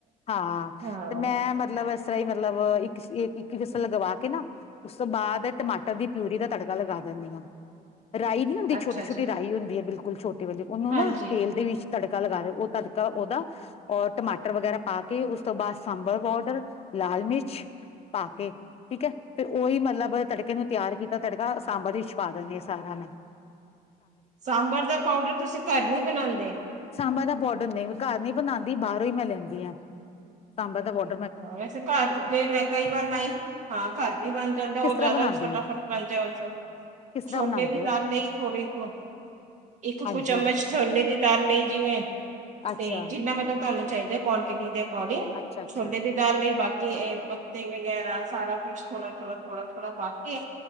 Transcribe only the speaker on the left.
ਹਾਂ
ਤੇ ਮੈਂ ਮਤਲਬ ਇਸ <unintelligible> ਸਹੀ ਮਤਲਬ ਇੱਕ ਇੱਕ ਵਿਸਲ ਲਗਵਾ ਕੇ ਨਾ ਉਸ ਤੋਂ ਬਾਅਦ। ਟਮਾਟਰ ਦੀ ਪਿਊਰੀ ਦਾ ਤੜਕਾ ਲਗਾ ਦਿੰਦੀ ਆ, ਰਾਈ ਨੀ ਹੁੰਦੀ ਛੋਟੀ
ਛੋਟੀ
ਰਾਈ ਹੁੰਦੀ ਹੈ ਬਿਲਕੁਲ ਛੋਟੀ। ਉਹਨੂੰ
ਨਾ ਤੇਲ ਦੇ ਵਿੱਚ ਤੜਕਾ ਲਗਾ ਰ ਉਹ ਤੜਕਾ ਉਹਦਾ। ਔਰ ਟਮਾਟਰ ਵਗੈਰਾ ਪਾ ਕੇ ਉਸ ਤੋਂ ਬਾਅਦ ਸਾਂਬਰ ਪਾਊਡਰ ਲਾਲ ਮਿਰਚ। ਪਾ ਕੇ, ਠੀਕ ਹੈ, ਤੇ ਉਹੀ ਮਤਲਬ ਤੜ। ਕੇ ਨੂੰ ਤਿਆਰ ਕੀਤਾ ਤੜਕਾ ਸਾਂਬਰ ਵਿੱਚ ਪਾ ਦੇਨੀ ਆ ਸਾਰਾ ਮੈ।
ਸਾਂਬਾਂ ਦਾ ਪਾੋਡਰ ਨਹੀਂ ਘਰ ਨੀ ਬਣਾਉਂਦੀ ਬਾਹਰੋਂ ਹੀ ਮੈਂ ਲੈਂਦੀ ਹਾਂ ਸਾਂਬਾ ਦਾ ਪਾਡਰ
ਕਿਸ
ਤਰ੍ਹਾਂ
ਬਣਾਉਂਦੇ
ਹੋ
ਕਿਸ ਤਰ੍ਹਾਂ
ਬਣਾਉਂਦੇ
ਹੋ
ਹਾਂਜੀ
ਅੱਛਾ
ਅੱਛਾ ਅੱਛਾ